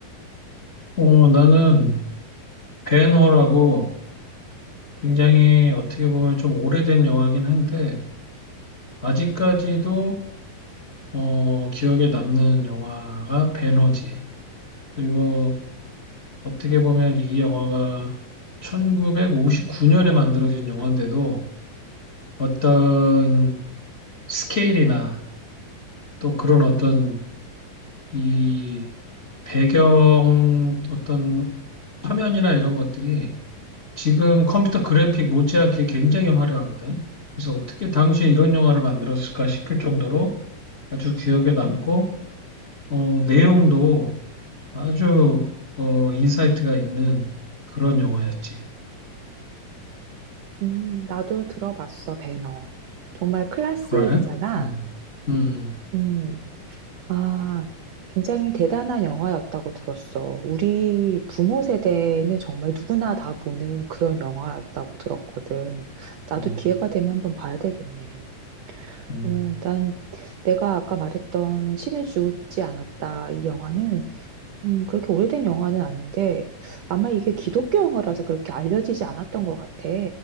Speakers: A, on the left; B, on the right.
A: 어, 나는 벤허라고 굉장히 어떻게 보면 좀 오래된 영화긴 한데, 아직까지도 어, 기억에 남는 영화가 벤허지. 그리고 어떻게 보면 이 영화가 1959년에 만들어진 영화인데도 어떤 스케일이나 또 그런 어떤 이 배경 어떤 화면이나 이런 것들이 지금 컴퓨터 그래픽 못지않게 굉장히 화려하거든. 그래서 어떻게 당시에 이런 영화를 만들었을까 싶을 정도로 아주 기억에 남고, 어, 내용도 아주, 어, 인사이트가 있는 그런 영화였지.
B: 음, 나도 들어봤어, 배너. 정말 클래식이잖아.
A: 그래? 음, 음,
B: 음, 아, 굉장히 대단한 영화였다고 들었어. 우리 부모 세대는 정말 누구나 다 보는 그런 영화였다고 들었거든. 나도
A: 음,
B: 기회가 되면 한번 봐야 되겠네.
A: 음,
B: 어, 난 내가 아까 말했던 신은 죽지 않았다. 이 영화는 음, 그렇게 오래된 영화는 아닌데, 아마 이게 기독교 영화라서 그렇게 알려지지 않았던 것 같아.